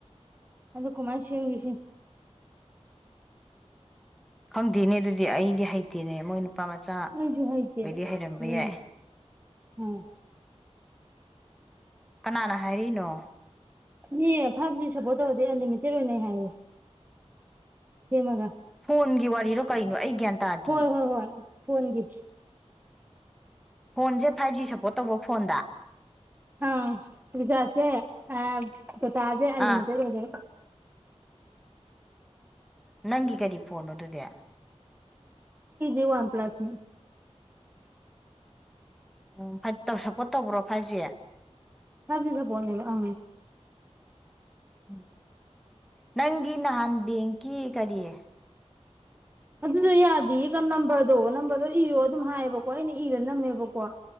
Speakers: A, on the right; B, in the centre.
A: ꯑꯗꯣ ꯀꯨꯃꯔꯁꯤꯁꯤ
B: ꯈꯪꯗꯦꯅꯦ ꯑꯗꯨꯗꯤ ꯑꯩꯗꯤ ꯍꯩꯇꯦꯅꯦ ꯃꯣꯏꯅ ꯅꯨꯄꯥ ꯃꯆꯥꯕꯩꯗꯤ
A: ꯑꯩꯁꯨ ꯍꯩꯇꯦꯕ
B: ꯍꯩꯔꯝꯕ
A: ꯑꯗꯨꯅꯦ
B: ꯌꯥꯏ
A: ꯑꯥ
B: ꯀꯅꯥꯅ ꯍꯥꯏꯔꯤꯅꯣ
A: ꯃꯤ ꯐꯞꯖꯁꯕꯣ ꯑꯗꯨ ꯑꯟꯂꯤꯃꯤꯇꯦꯠ ꯑꯣꯏꯅ ꯍꯥꯏꯌꯦ ꯍꯦꯃꯒ
B: ꯐꯣꯟꯒꯤ ꯋꯥꯔꯤꯔꯣ ꯀꯩꯅꯣ ꯑꯩ ꯒ꯭ꯌꯥꯟ ꯇꯥꯗꯤꯌꯦ
A: ꯍꯣꯏ ꯍꯣꯏ ꯍꯣꯏ ꯐꯣꯟꯣꯟꯒꯤ
B: ꯐꯣꯟꯁꯦ ꯐꯥꯏꯚ ꯖꯤ ꯁꯞꯄꯣꯔꯠ ꯇꯧꯕ ꯐꯣꯟꯗ
A: ꯑ ꯖꯥꯁꯦ ꯑ ꯑ ꯇꯥꯖꯦ ꯑꯂꯅꯆꯔ
B: ꯑꯥ
A: ꯍꯥꯏꯖꯔ
B: ꯅꯪꯒꯤ ꯀꯔꯤ ꯐꯣꯟꯅꯣ ꯑꯗꯨꯗꯤ
A: ꯏ ꯋꯥꯟ ꯄ꯭ꯂꯁꯅꯤ
B: ꯎꯝ ꯐꯥꯏꯚ ꯁꯞꯄꯣꯔꯠ ꯇꯧꯕ꯭ꯔꯣ ꯐꯥꯏꯚ ꯖꯤ
A: ꯁ ꯖ ꯄꯨꯣ ꯂꯩꯕ ꯑ
B: ꯎꯝ ꯅꯪꯒꯤ ꯅꯍꯥꯟ ꯕꯦꯡꯀꯤ ꯀꯔꯤꯌꯦ
A: ꯑꯗꯨꯗꯨ ꯌꯥꯗ ꯏꯒ ꯅꯝꯕ ꯑꯗꯨꯣ ꯅꯝꯕꯗꯨ ꯏꯔꯣ ꯑꯗꯨꯝ ꯍꯥꯏꯌꯦꯕꯀꯣ ꯑꯩꯅ ꯏꯔ ꯅꯝꯃꯦꯕꯀꯣ